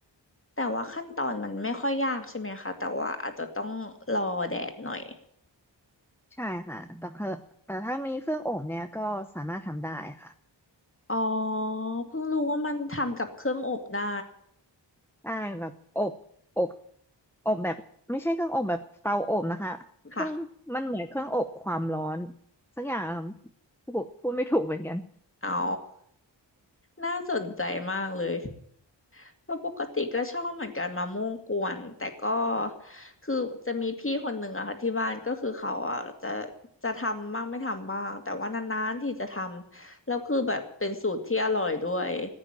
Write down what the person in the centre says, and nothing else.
ใช่ค่ะ แต่เธอแต่ถ้ามีเครื่องอบเนี่ยก็สามารถทำได้ค่ะ
ใช่แบบอบอบอบแบบไม่ใช่เครื่องอบแบบเตาอบนะคะเครื่องมันเหมือนเครื่องอบความร้อน
สักอย่างพูดพูดไม่ถูกเหมือนกัน